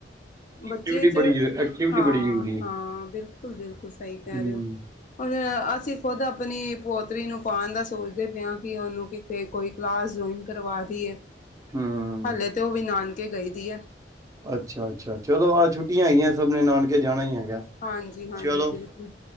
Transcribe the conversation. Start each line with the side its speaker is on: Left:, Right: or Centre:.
Left: ਬੱਚੇ
Right: ਐਕਟੀਵਿਟੀ
Left: ਚ
Right: ਬੜੀ ਜ਼ਰੂ ਐਕਟੀਵਿਟੀ
Left: ਹਾਂ
Right: ਬੜੀ ਜ਼ਰੂਰੀ ਹੈ।
Left: ਹਾਂ ਬਿਲਕੁਲ ਬਿਲਕੁਲ ਸਹੀ ਕਹਿ
Right: ਹੂੰ
Left: ਰਏ ਓ ਹੁਣ ਅਸੀਂ ਖੁਦ ਆਪਨੀ ਪੋਤਰੀ ਨੂੰ ਪਾਨ ਦਾ ਸੋਚਦੇ ਪਏ ਆਂ ਕਿ ਉਹਨੂੰ ਕੀ ਤੇ ਕੋਈ ਕਲਾਸ ਜੌਇਨ ਕਰਵਾ ਦੀ ਏ।
Right: ਹੂੰ ਹੂੰ
Left: ਹਲੇ ਤੇ ਓ ਵੀ ਨਾਨਕੇ ਗਈ ਦੀ ਐ।
Right: ਅੱਛਾ ਅੱਛਾ ਚਲੋ, ਆਹ ਛੁੱਟੀਆਂ ਹੈਗੀਆਂ ਸਭ ਨੇ ਨਾਨਕੇ ਜਾਣਾ ਈ ਹੈਗਾ।
Left: ਹਾਂਜੀ ਹਾਂਜੀ,
Right: ਚਲੋ
Left: ਬਿਲਕੁਲ।